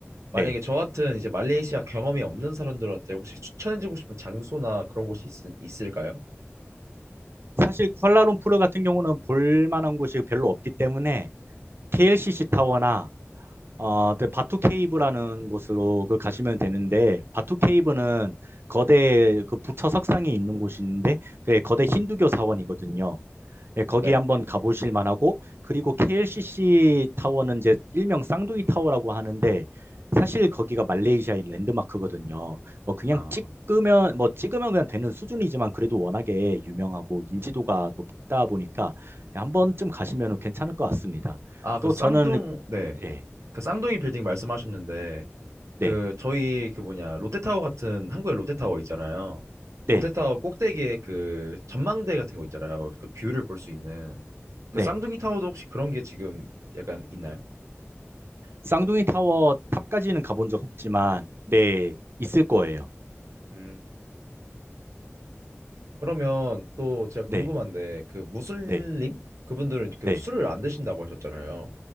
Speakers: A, on the right; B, on the right.
A: 네.
B: 만약에 저 같은 이제 말레이시아 경험이 없는 사람들한테 혹시 추천해주고 싶은 장소나 그런 곳이 있, 을까요
A: 사실 쿠알라룸푸르 같은 경우는 볼 만한 곳이 별로 없기 때문에 KLCC 타워나 어, 그 바투 케이브라는 곳으로 그 가시면 되는데 바투 케이브는 거대 그 부처 석상이 있는 곳인데 그 거대 힌두교 사원이거든요. 네, 거기
B: 네.
A: 한번 가보실 만하고 그리고 KLCC 타워는 이제 일명 쌍둥이 타워라고 하는데 사실 거기가 말레이시아의 랜드마크거든요. 뭐 그냥
B: 아,
A: 찍으면 뭐 찍으면 그냥 되는 수준이지만 그래도 워낙에 유명하고 인지도가 높다 보니까 한 번쯤 가시면 괜찮을 것 같습니다.
B: 아, 그
A: 또
B: 쌍둥,
A: 저는
B: 네.
A: 네,
B: 그 쌍둥이 빌딩 말씀하셨는데
A: 네,
B: 그 저희 그 뭐냐 롯데타워 같은 한국에 롯데타워 있잖아요.
A: 네,
B: 롯데타워 꼭대기에 그 전망대 같은 거 있잖아요. 그 뷰를 볼 수 있는 그
A: 네.
B: 쌍둥이 타워도 혹시 그런 게 지금 약간 있나요?
A: 쌍둥이 타워 탑까지는 가본 적 없지만 네, 있을 거예요.
B: 음. 그러면 또 제가
A: 네,
B: 궁금한데 그 무슬림
A: 네,
B: 그분들은 그
A: 네,
B: 술을 안 드신다고 하셨잖아요.